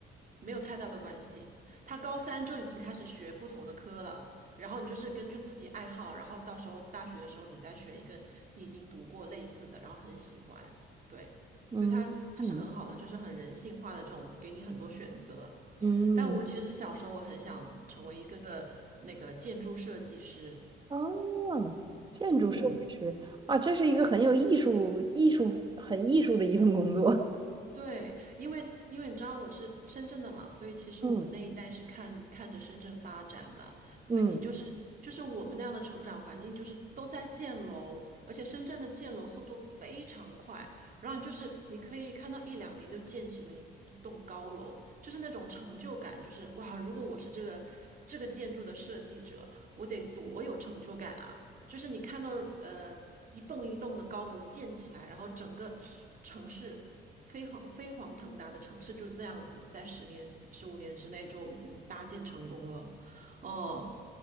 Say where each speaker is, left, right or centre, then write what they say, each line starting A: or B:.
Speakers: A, on the right; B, on the right.
A: 没有太大的关系。他高三就已经开始学不同的科了，然后你就是根据自己爱好，然后到时候大学的时候你再选一个你已经读过类似的，然后很喜欢，对，
B: 嗯嗯
A: 所以他他是很好的，就是很人性化的这种，给你很多选择。
B: 嗯
A: 但我其实小时候我很想成为一个那个建筑设计师，
B: 啊，建筑设计师啊，
A: 嗯，
B: 这是一个很有艺术、艺术很艺术的一份工作。
A: 对，因为因为你知道我是深圳的嘛，所以其实我们那一代是看看着深圳发展的，
B: 嗯
A: 所以你就是就是我们那样的成长环境，
B: 嗯，
A: 就是都在建楼，而且深圳的建楼速度非常快，然后就是你可以看到一两年就建起了一一栋高楼，就是那种成就感，就是哇，如果我是这个这个建筑的设计者，我得多有成就感啊！就是你看到呃一栋一栋的高楼建起来，然后整个城市。飞黄飞黄腾达的城市就这样子，在十年、十五年之内就已经搭建成功了，嗯，